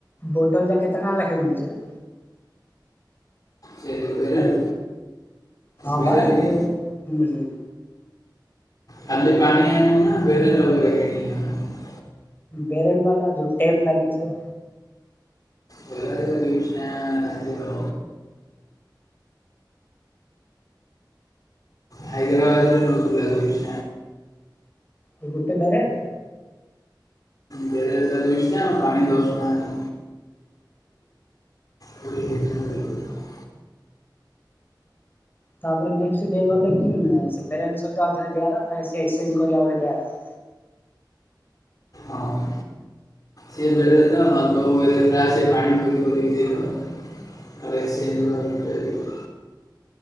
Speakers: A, on the left (about 25°); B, on the left (about 50°).
A: ବୋଟଲ୍ ଯା କେତେ ଟଙ୍କା ଲାଖେ ନୋଉଚି ଏରା?
B: ସେ ଯୋଉ ବେରେଲ
A: ହାଲୋ ହଁ
B: ବେରେଲ
A: ପା ଏ ଯୋଉ
B: କି
A: <unintelligible>
B: ଖାଲି ପାଣି ଆଣିବୁ ନାଁ ବେରେଜ୍ ଅଲ୍ <unintelligible>
A: ବେରେଲ୍ ବାଲା ଯୋଉ ଟେପ୍ ଲାଗିଚେ।
B: ବେରେଲରେ ଦୁଇ ଷ୍ଟାଣ୍ଡ ହାଇଦରାବାଦରେ ନୋଟୁ ଲାଗୁଚି।
A: ଏ ଗୋଟେ ବାରେଲ୍?
B: ବେରେଲଟା ଦୁଇ ଷ୍ଟାଣ୍ଡ ପାଣି ଦଶଟା ଆଣିଲେ। କୋଡ଼ିଏ ଟଙ୍କା। କୋଡ଼ିଏ ଟଙ୍କା।
A: ତାପରେ ନେକ୍ସଟ ଡେ ଗଲେ କିନ୍ ସେ ବେରେଲ ସହିତ ଆଉ ଥରେ ଦିବାର ତାର ସେ ଏକ୍ସଚେଞ୍ଜ୍ କରି ଆଉ ଗୋଟେ ଦିଆର। <inaudible>
B: ହଁ ସିଏ ବେରେଲ
A: ଓହୋ
B: ଦବ ତୋ ବେରେଲ୍ ଯାହା ଅଛି ପାଣି ଫେରେ ପୁରେଇକି ଦେଇଦବ। ଆରେ ସେଇ ଯୋଉ <inaudible>